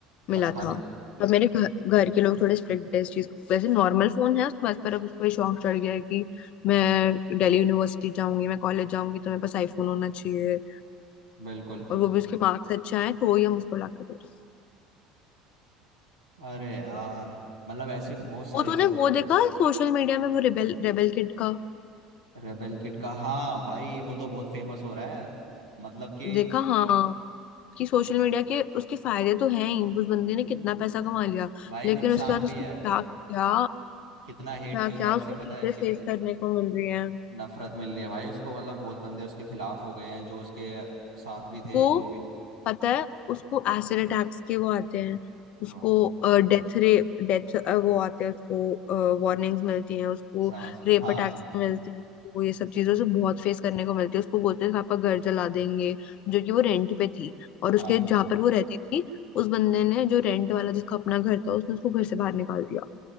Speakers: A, on the left; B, on the right.
A: मिला
B: बस खाली
A: था तो मेरे घर घर के लोग थोड़े स्ट्रिक्ट है इस चीज को। वैसे नॉर्मल फोन है उसके पास पर अब उसको ये शौक चढ़ गया है कि मैं दिल्ली यूनिवर्सिटी जाऊंगी मैं कॉलेज जाऊंगी तो मेरे पास आईफोन होना चाहिए
B: बिल्कुल
A: और वो भी उसके मार्क्स अच्छे आए तो ही हम उसको ला के देंगे
B: अरे यार मतलब ऐसी बहुत सारी
A: वो तूने
B: चीज़ें
A: वो
B: हो रही
A: देखा सोशल मीडिया में वो रेबेल रेबेल किड का
B: रेबेल किट का हाँ भाई वो तो बहुत फेमस हो रहा है मतलब कि
A: देखा हाँ कि सोशल मीडिया के उसके फायदे तो हैं ही उस बंदे
B: अन-
A: ने कितना पैसा कमा लिया
B: भाई
A: लेकिन
B: नुकसान
A: उसके बाद
B: भी
A: उसको
B: है
A: क्या क्या
B: कितना हेट
A: क्या
B: मिल रहा
A: क्या
B: है उसे
A: उसको चीजें
B: पता है कितनी
A: फेस करने को मिल रही हैं
B: नफरत मिल रही है भाई उसको मतलब बहुत बंदे उसके खिलाफ हो गए हैं जो उसके साथ भी
A: उसको
B: थे वो भी
A: पता है उसको एसिड अटैक्स के वो आते हैं उसको
B: वाह
A: डेथ रे डेथ वो आते हैं उसको वार्निंग्स मिलती हैं उसको
B: समझ
A: रेप
B: हाँ
A: अटैक्स मिलते हैं उसको ये सब चीजों से बहुत फेस करने को मिलती है उसको बोलते हैं पापा घर जला देंगे जो कि वो रेंट पे थी और
B: हाँ
A: उसके जहाँ पर वो रहती थी उस बंदे ने जो रेंट वाला जिसका अपना घर था उसने उसको घर से बाहर निकाल दिया